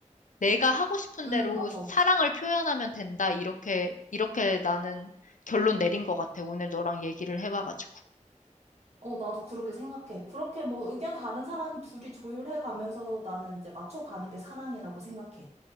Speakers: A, on the left (about 85°); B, on the right (about 60°).
A: 내가 하고 싶은
B: 음,
A: 대로
B: 맞아.
A: 사랑을 표현하면 된다. 이렇게, 이렇게 나는 결론 내린 것 같아. 오늘 너랑 얘기를 해봐가지고.
B: 어, 나도 그렇게 생각해. 그렇게 뭐 의견 다른 사람 둘이 조율해 가면서 나는 이제 맞춰 가는 게 사랑이라고 생각해.